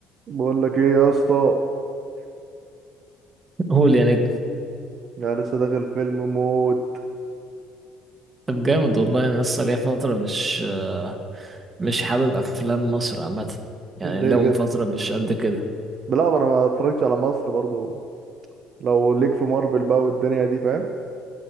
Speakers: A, on the right (about 55°); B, on the right (about 30°).
A: بقول لك ايه يا اسطى
B: قول يا نجم
A: يعني لسه داخل فيلم موت
B: طب جامد والله انا لسه ليا فتره مش آه، مش حابب افلام مصر عامه يعني
A: ليه
B: لهم
A: كده
B: فتره مش قد كده
A: لا ما انا ما اتفرجتش على مصر برضو لو ليك في مارفل بقى والدنيا دي فاهم